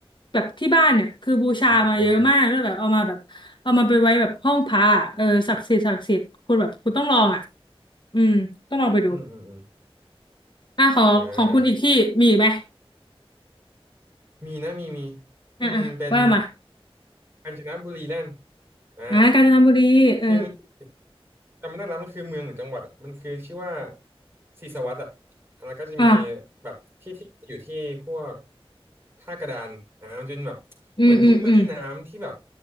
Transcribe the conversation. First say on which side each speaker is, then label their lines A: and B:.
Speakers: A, on the left; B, on the right.
A: แบบที่บ้านเนี่ยคือบูชามาเยอะมากแล้วแบบเอามาแบบเอามาไปไว้แบบห้องพระอะเออศักดิ์สิทธิ์ศักดิ์สิทธิ์คุณแบบคุณต้องลองอ่ะ
B: อ่าอืม
A: อืมต้องลองไปดู
B: อืมอืมอืม
A: อ่ะของของคุณอีกที่มีอีกไหม
B: อ่ามีนะมีมีอืมเป็น
A: อ่ะอ่ะว่ามา
B: กาญจนบุรีแล่นอ่า
A: อ่ะกาญจนบุรีเออ
B: คือมันจำไม่ได้แล้วมันคือเมืองหรือจังหวัดอะมันคือชื่อว่าศรีสวัสดิ์อ่ะแล้วก็จะมี
A: อ่ะ
B: แบบที่ที่จะอยู่ที่พวกท่ากระดานอ่ามันจะเป็นแบบเหมือนลุ่มแม่น้ำที่แบบ
A: อืมอืมอืม